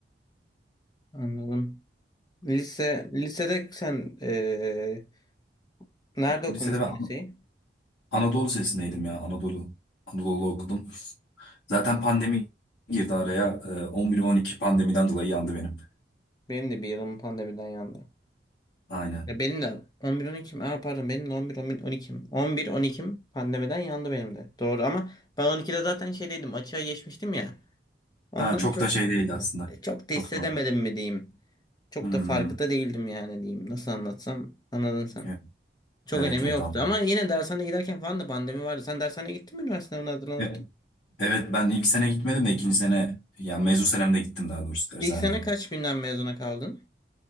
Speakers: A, on the left; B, on the left.
A: Anladım. Lise, lisede sen eee, nerede okumuştun
B: Lisede ben An-
A: liseyi?
B: Anadolu Lisesi'ndeydim ya. Anadolu Anadolu okudum. Zaten pandemi girdi araya. Ee, 11-12 pandemiden dolayı yandı benim.
A: Benim de bir yılım pandemiden yandı.
B: Aynen.
A: Ya benim de 11-12'm. Aa, pardon benim de 11-12'm. 11-12'm pandemiden yandı benim de. Doğru ama ben 12'de zaten şeydeydim açığa geçmiştim ya. Ondan
B: Ha, çok
A: çok
B: da şey değildi aslında.
A: E, Çok da
B: Çok
A: hissedemedim
B: da.
A: mi diyeyim. Çok
B: Hmm.
A: da farkında değildim yani diyeyim. Nasıl anlatsam anladın sen.
B: Evet
A: Çok
B: evet
A: önemi
B: evet,
A: yoktu
B: anladım.
A: ama yine dershaneye giderken falan da pandemi vardı. Sen dershaneye gittin mi üniversite sınavına hazırlanırken?
B: E- Evet ben ilk sene gitmedim de ikinci sene yani mezun senemde gittim daha doğrusu dershaneye.
A: İlk sene kaç binden mezuna kaldın?